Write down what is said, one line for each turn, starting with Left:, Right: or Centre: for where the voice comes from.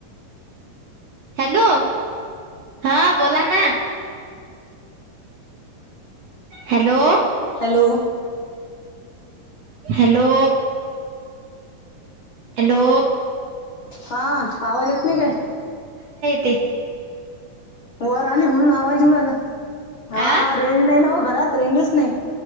Right: हॅलो हा बोला ना. हॅलो.
Left: हॅलो.
Right: हॅलो. हॅलो.
Left: हा आवाज येत नाही काय?
Right: ते..
Left: वर आली म्हणून आवाज उडाला हा
Right: आ
Left: रेंज नाही ना घरात रेंजच नाही...